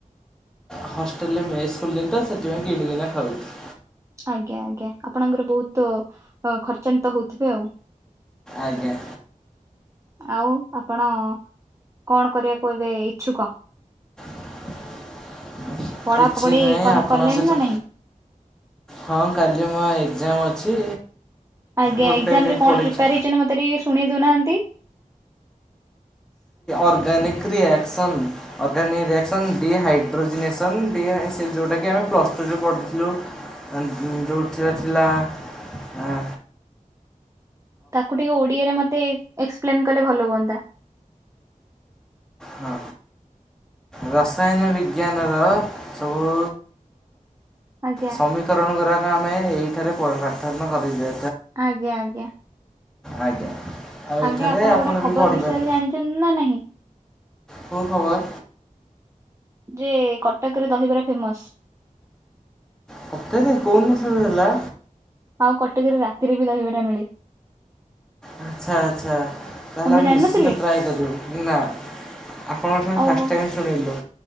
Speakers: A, in the centre; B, on the right.
A: ହଷ୍ଟେଲ୍ ରେ ମେସ୍ ଖୋଲିଲେ ତ ସେଥିପାଇଁ କିଣିକିନା ଖାଉଛି।
B: ଆଜ୍ଞା ଆଜ୍ଞା ଆପଣଙ୍କର ବହୁତ ଖର୍ଚ୍ଚାନ୍ତ ହଉଥିବେ ଆଉ।
A: ଆଜ୍ଞା।
B: ଆଉ ଆପଣ କଣ କରିବାକୁ ଏବେ ଇଚ୍ଛୁକ।
A: <inaudible>
B: ପଢାପଢି
A: କିଛି ନାହିଁ
B: କହ-
A: ଆପଣଙ୍କ
B: କଲେଣି
A: ସହିତ
B: ନା ନାହିଁ
A: ହଁ କାଲି ମୋ ଏକ୍ସାମ ଅଛି
B: ଆଜ୍ଞା
A: ଗୋଟେ
B: ଏକ୍ସାମ୍
A: ୟୁନିଟ୍
B: ରେ କଣ
A: ପଢ଼ିଛି
B: ପ୍ରିପେୟାର ହେଇଛନ୍ତି ମତେ ଟିକେ ଶୁଣେଇ ଦଉନାହାନ୍ତି।
A: Organic reaction organic reaction dehydrogenation ଡି ସେ ଯେଉଁଟାକି ଆମେ ପ୍ଲସ୍ <unintelligible> ପଢ଼ିଥିଲୁ ଯେଉଁଥିରେ ଥିଲା ଆ
B: ତାକୁ ଟିକେ ଓଡିଆରେ ମତେ ଏକ୍ସପ୍ଲେନ କଲେ ଭଲ ହୁଅନ୍ତା।
A: ହଁ। ରସାୟନ ବିଜ୍ଞାନର ସବୁ
B: ଆଜ୍ଞା
A: ସମୀକରଣ ଗୁରାକ ଆମେ ଏଇଠାରେ ପ ପାଠନ କରିଦି
B: ଆଜ୍ଞା ଆଜ୍ଞା।
A: ଆଜ୍ଞା। ଆଉ
B: ଆଜ୍ଞା
A: ଏଠାରେ
B: ଆପଣ ଗୋଟେ ଖବର
A: ବି ପଢ଼ିପାରିବେ।
B: ବିଷୟରେ ଜାଣିଛନ୍ତି ନା ନାହିଁ।
A: କୋଉ ଖବର।
B: ଯେ କଟକରେ ଦହିବରା ଫେମସ।
A: ସତରେ କୋଉ ଦିନ ଠାରୁ ହେଲା।
B: ଆଉ କଟକ ରେ ରାତିରେ ବି ଦହିବରା ମିଳେ।
A: ଆଚ୍ଛା ଆଚ୍ଛା ତା ହେଲେ
B: ଆପଣ
A: ଆମେ
B: ଜାଣିନଥିଲେ?
A: ନିଶ୍ଚିନ୍ତ ଟ୍ରାଏ କରିବୁ ନା। ଆପଣଙ୍କ ଠାରୁ
B: ଓହୋ
A: ଫାଷ୍ଟ ଟାଇମ୍ ଶୁଣିଲୁ